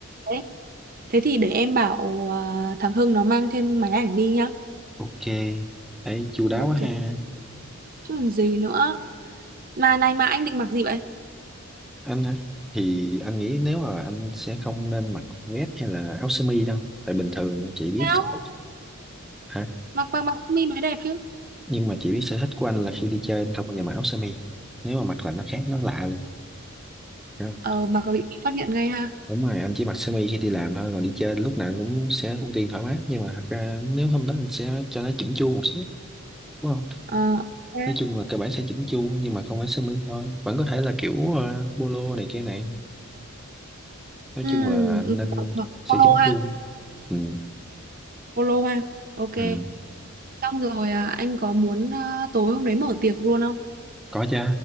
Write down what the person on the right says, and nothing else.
Đấy. Thế thì để em bảo à, thằng Hưng nó mang thêm máy ảnh đi nhá.
Ok.
Chứ còn gì nữa. Mà này mà anh định mặc gì vậy?
Sao?
Mặc mặc mặc sơ mi mới đẹp chứ.
Ờ mặc có bị phát hiện ngay ha.
Ờ ok.
Ừ,
ừ,
Polo
ha,
Polo ha. Ok.
Xong rồi à, anh có muốn à, tối hôm đấy mở tiệc luôn không?